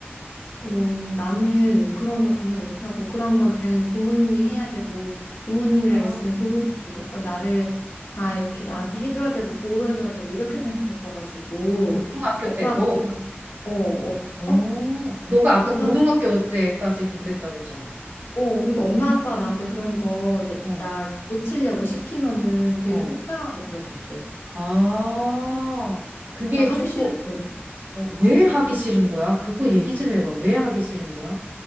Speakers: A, on the left; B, on the right.
A: 어, 나는 그런 거 전혀 못하고 그런 건 당연히 부모님이 해야 되고 부모님이랑
B: 아,
A: 있으면 부모님 무조건 나를 다 이렇게 나한테 해줘야 되고 보호해줘야 되고 이렇게 생각했어가지고
B: 고등학교
A: 엄마
B: 때도?
A: 아빠가 어, 어,
B: 어,
A: 어?
B: 너가 아까
A: 그
B: 고등학교
A: 사람-
B: 때까지도 그랬다 그랬잖아.
A: 어, 그리고 엄마 아빠가 나한테 그런 거 이제
B: 어,
A: 나 고치려고 시키면은 되게
B: 어.
A: 속상하고 그랬었어.
B: 아, 그게
A: 나 하기
B: 조금
A: 싫은데.
B: 어, 왜 하기 싫은 거야? 그거 얘기 좀 해봐. 왜 하기 싫은 거야?